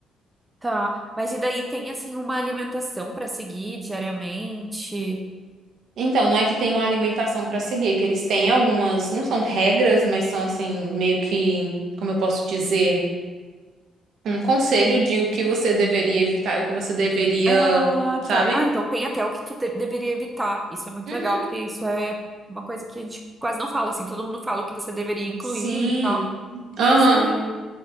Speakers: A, on the right; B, on the right.
A: Tá. Mas e daí tem, assim, uma alimentação pra seguir diariamente?
B: Então, não é que tem uma alimentação para seguir, que eles têm algumas, não são regras, mas são assim, meio que, como eu posso dizer, um conselho de o que você deveria evitar e o que você deveria,
A: Ah,
B: sabe?
A: tá. Ah, então tem até o que tu de- deveria evitar. Isso é muito
B: Uhum.
A: legal, porque isso é uma coisa que a gente quase não fala, assim, todo mundo fala o que você deveria incluir
B: Sim.
A: e tal. Mas
B: Aham.
A: é,